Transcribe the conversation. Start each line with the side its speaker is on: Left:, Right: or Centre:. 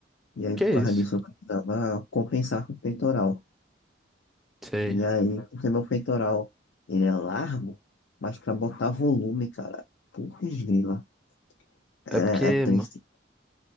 Left: E aí,
Centre: Que
Left: por
Centre: é
Left: causa
Centre: isso?
Left: disso, eu precisava compensar com o peitoral.
Centre: sei.
Left: E aí, porque meu peitoral, ele é largo, mas pra botar volume, cara, putz grila,
Centre: É
Left: é,
Centre: porque
Left: é triste.